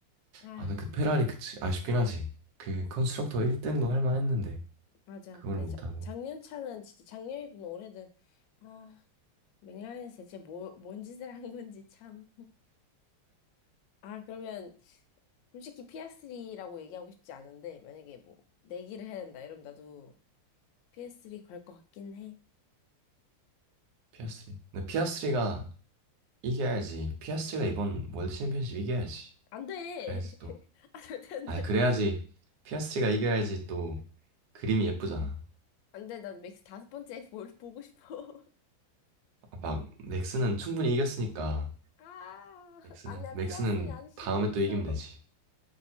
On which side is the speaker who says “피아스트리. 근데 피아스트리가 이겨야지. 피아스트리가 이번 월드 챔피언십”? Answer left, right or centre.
Right